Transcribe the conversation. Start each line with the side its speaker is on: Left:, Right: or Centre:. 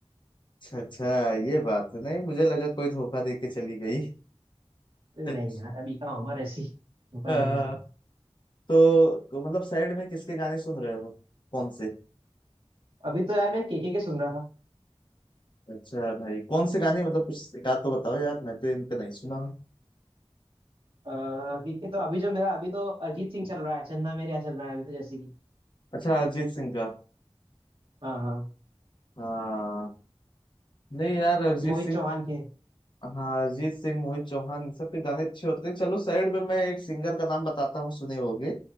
Left: अच्छा अच्छा ये बात है नहीं मुझे लगा कोई धोखा देके चली गई
Right: तो
Left: <laughs>
Right: नहीं यार अभी कहाँ उम्र ऐसी धोखा
Left: अ,
Right: देने वाली है।
Left: तो, तो मतलब सैड में किसके गाने सुन रहे हो कौन से
Right: अभी तो यार मैं केके के सुन रहा था
Left: अच्छा भाई कौन से गाने मतलब कुछ एक आध तो बताओ यार मैं तो इनका नहीं सुना हूँ
Right: केके तो अभी जो मेरा अभी तो अरिजीत सिंह चल रहा है चन्ना मेरेया चल रहा है अभी तो जैसे कि
Left: अच्छा अरिजीत सिंह का
Right: हाँ हाँ
Left: हाँ नहीं यार अरिजीत
Right: मोहित
Left: सिंह
Right: चौहान के
Left: हाँ अरिजीत सिंह मोहित चौहान इन सब के गाने अच्छे होते हैं चलो साइड में मैं एक सिंगर का नाम बताता हूँ सुने होगे